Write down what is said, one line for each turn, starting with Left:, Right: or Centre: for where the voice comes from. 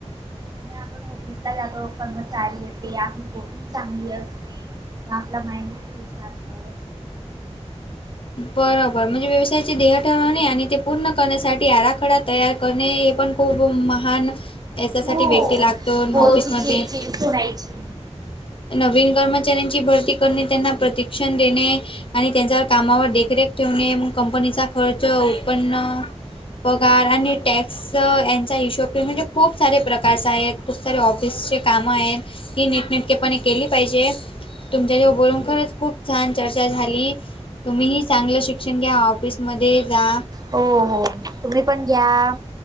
Right: आणि आपण ऑफिसला जातो. कर्मचारीय ते आपली वोटिंग चांगली असते. म आपला माइंड बी फ्रेश राहतो.
Left: बरोबर. म्हणजे व्यवसायाचे ध्येय ठरवणे. आणि ते पूर्ण करण्यासाठी, आराखडा तयार करणे. हे पण खूप महान याच्यासाठी
Right: हो
Left: व्यक्ती लागतो,
Right: बोलची
Left: ऑफिसमध्ये.
Right: चिडचिड सुनायची.
Left: नवीन कर्मचाऱ्यांची भरती करणे. त्यांना प्रतिक्षण देणे. आणि त्यांचा कामावर देखरेख ठेवणे. मग कंपनीचा खर्च, उत्पन्न, पगार आणि टॅक्स सर यांचा हिशोब ठेव. म्हणजे, खूप सारे प्रकार्स आहेत. खूप सारे ऑफिसचे काम आहेत. ती नीटनिटकेपणे केली पाहिजे. तुमच्याशी बोलून खरंच, खूप छान चर्चा झाली. तुम्हीही चांगलं शिक्षण घ्या. ऑफिसमध्ये जा.
Right: हो, हो. तुम्ही पण घ्या.